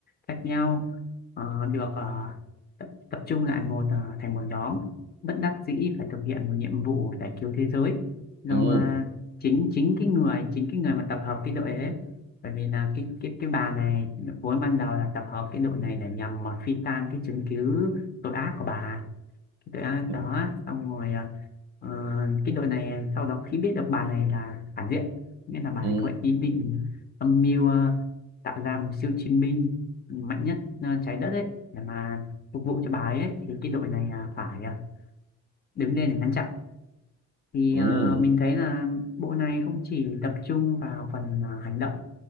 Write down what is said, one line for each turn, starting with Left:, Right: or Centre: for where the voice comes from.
Left: khác nhau ờ, được ờ, tập, tập trung lại một ờ, thành một nhóm bất đắc dĩ phải thực hiện một nhiệm vụ giải cứu thế giới do
Right: Ừ.
Left: ờ, chính chính cái người chính cái người mà tập hợp cái đội đấy bởi vì là cái cái cái bà này vốn ban đầu là tập hợp cái đội này để nhằm mà phi tang cái chứng cứ tội ác của bà tội ác
Right: Ừ.
Left: đó xong rồi à, ờ, cái đội này sau đó khi biết được bà này là phản diện nên là bà
Right: Ừ.
Left: này có ý định âm mưu ờ, tạo ra một siêu chiến binh mạnh nhất ờ, trái đất ấy để mà phục vụ cho bà ấy thì cái đội này à, phải à, đứng lên để ngăn chặn thì
Right: Ừ.
Left: à, mình thấy là bộ này không chỉ tập trung vào phần à, hành động